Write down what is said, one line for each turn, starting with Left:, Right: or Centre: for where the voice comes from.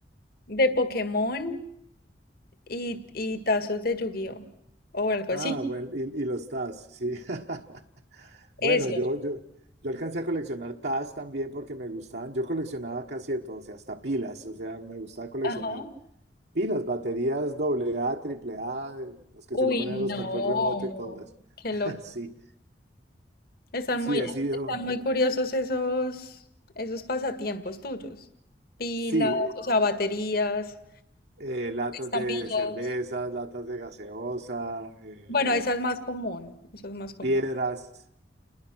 Left: de Pokémon y, y tazos de Yu-Gi-Oh! o algo
Right: Ah,
Left: así.
Right: bueno, y, y los Taz, sí. <laughs>
Left: Eso.
Right: Bueno, yo, yo, yo alcancé a coleccionar Taz también porque me gustaban. Yo coleccionaba casi de todo, o sea, hasta pilas, o sea, me gustaba coleccionar
Left: Ajá.
Right: Y las baterías doble A triple A las que
Left: Uy,
Right: se le ponen a los
Left: no,
Right: control remoto y todo eso.
Left: qué
Right: <laughs>
Left: loco.
Right: Sí,
Left: Están
Right: sí,
Left: muy,
Right: he sido,
Left: están muy curiosos esos, esos pasatiempos tuyos. Pilas,
Right: sí,
Left: o sea, baterías,
Right: eh, latas
Left: estampillas.
Right: de cervezas, latas de gaseosa, eh,
Left: Bueno, esa es más común, esa es más común.
Right: piedras,